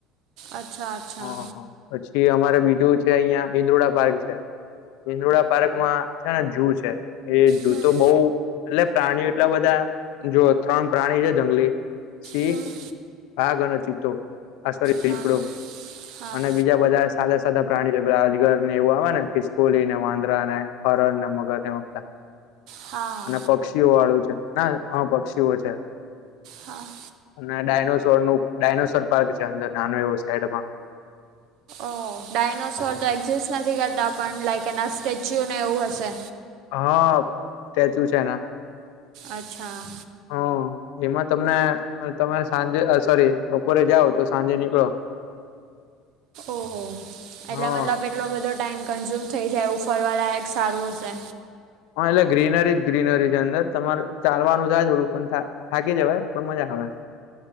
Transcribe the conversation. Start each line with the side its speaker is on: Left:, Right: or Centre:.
Right: અચ્છા અચ્છા!
Left: હા હા પછી અમારે બીજું છે, અહિયાં ઇન્દ્રુડા પાર્ક છે. ઇદોડા પાર્કમાં છે ને, જુ છે. એ જૂ
Right: હમ
Left: તો બઉ એટલે પ્રાણીઓ એટલા બધા, જો ત્રણ પ્રાણી છે જંગલી સિંહ
Right: હમ
Left: વાગ અને ચિતો આસારી દીપડો
Right: હમ હા હા
Left: અને બી બીજા બધા સાદા સાદા પ્રાણીઓ અજગર ને એવું આવે ને, ખિસ્કોલી ને, વાંદરા ને, હરણ ને, મગર ને એવું
Right: હા
Left: અને પક્ષીઓ વાળું છે ના હા પક્ષીઓ છે.
Right: હા!
Left: અને ડાયનોસોર નું ડાયનોસોર પાર્ક છે. અંદર નાનો એવો સાઈડમાં.
Right: ઓ ડાયનોસોર તો એક્ઝિસ્ટ નથી કરતા. પણ લાઈક એના સ્ટેચ્યુ ને એવું હશે.?
Left: હા! સ્ટેચ્યુ છે એના.
Right: અચ્છા!
Left: હા! એમાં તમને તમે સાંજે સોરી બપોરે જાઓ તો, સાંજે નીકળો. <inaudible>
Right: ઓહો!
Left: હા
Right: એટલે મતલબ એટલો બધો ટાઈમ કન્ઝ્યુમ થઈ જાય, એ ફરવા લાયક સારું હશે.?
Left: હા! એટલે ગ્રીનરી જ ગ્રીનરીજ અંદર. તમારે ચાલવાનું થાય થોડું પણ થાય થાકી જવા. પણ મજા આવે.